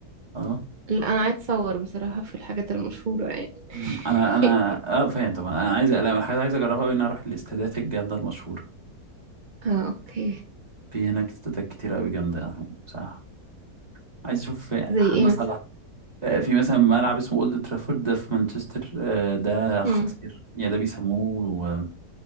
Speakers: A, on the right (about 25°); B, on the right (about 45°).
A: أه
B: لا أنا عايز أصور بصراحة في الحاجات المشهورة يعني
A: مم.
B: <laughs>
A: أنا أنا أه فاهم طبعا أنا عايز لا أنا حاجة عايز أجربها قوي إن أنا أروح الاستادات الجامدة المشهورة
B: اه أوكي
A: في هناك استادات كتير قوي جامدة صح عايز أشوف محمد
B: زي إيه
A: صلاح
B: مثلا
A: آه، في مثلا ملعب اسمه اولد ترافورد ده في مانشستر آه، ده خطير
B: امم
A: يعني ده بيسموه